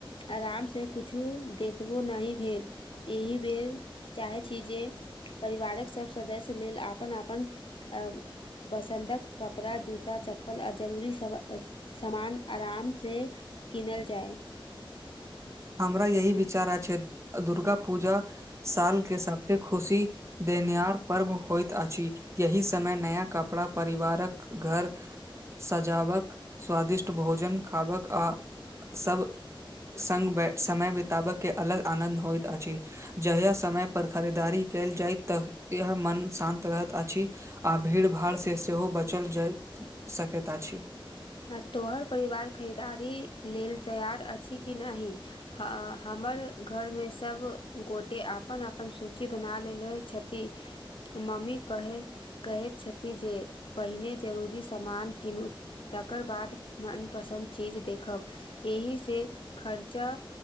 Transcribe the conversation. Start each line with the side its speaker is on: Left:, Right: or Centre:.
Left: आराम से कुछु देखबो नही भेल एहि बेर चाहै छी जे परिवारक सब सदस्य लेल आपन आपन आब पसंद क कपड़ा, जूता-चप्पल आ जे जरूरी होइ छै, से सभ लऽ कऽ जायब सामान आराम से किनल जाय
Right: हमरा यही विचारा छै। दुर्गा पूजा साल के सबते ख़ुशी देनियार पर्व होइत अछि यही समय नया कपड़ा परिवारक घर सजावक स्वादिष्ट भोजन खावक आ सब संग समय बिताबयके अलग आनन्द होयत अछि जहय समय पर खरीदारी कयल जाय त इह मन शान्त रहैत अछि आ भीड़ भाड़स सेहो बचल जाय सकैत अछि
Left: हँ तोहर परिवार खरीदारी लेल तैयार अछि कि नहि हँ हमर घरमे सभगोटे अपन अपन सूची बना लेले छथि मम्मी कहै कहैत छथि जे पहिने जरूरी सामान कीनु तकर बाद मनपसन्द चीज देखब, एहिसे खर्चा।